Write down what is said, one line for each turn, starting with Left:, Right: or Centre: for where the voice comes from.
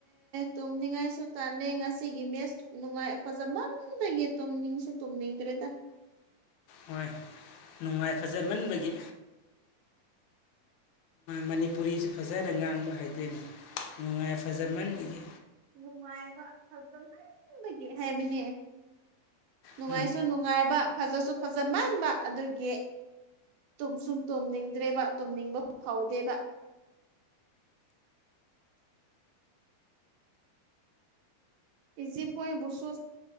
Right: ꯇꯨꯝꯅꯤꯡꯉꯥꯏꯁꯨ ꯇꯥꯟꯂꯦ ꯉꯁꯤꯒꯤ ꯃꯦꯁ ꯅꯨꯡꯉꯥꯏ ꯐꯖꯃꯟꯕꯒꯤ ꯇꯨꯝꯅꯤꯡꯁꯨ ꯇꯨꯝꯅꯤꯡꯗ꯭ꯔꯦꯗ <inaudible>
Left: ꯍꯣꯏ ꯅꯨꯡꯉꯥꯏ ꯐꯖꯃꯟꯕꯒꯤ ꯃꯅꯤꯄꯨꯔꯤꯁꯨ ꯐꯖꯅ ꯉꯥꯡꯕ ꯍꯩꯏꯇꯦꯅꯦ ꯅꯨꯡꯉꯥꯏ ꯐꯖꯃꯟꯕꯒꯤ
Right: ꯅꯨꯡꯉꯥꯏꯕ ꯐꯖꯃꯟꯕꯒꯤ ꯍꯥꯏꯕꯅꯦ ꯅꯨꯡꯉꯥꯏꯁꯨ
Left: ꯅꯨꯡꯉꯥꯏ ꯐꯖꯃꯟꯕꯒꯤ ꯎꯝ, ꯂꯩꯇꯕꯅꯤ ꯂꯩꯇꯕꯅꯤ
Right: ꯅꯨꯡꯉꯥꯏꯕ ꯐꯖꯁꯨ ꯐꯖ ꯃꯥꯟꯕ ꯑꯗꯨꯒꯤ ꯇꯨꯝꯁꯨ ꯇꯨꯝꯅꯤꯡꯗ꯭ꯔꯦꯕ ꯇꯣꯝꯅꯤꯡꯕ ꯐꯥꯎꯗꯦꯕ ꯏꯖꯤꯕꯨꯁꯨꯁ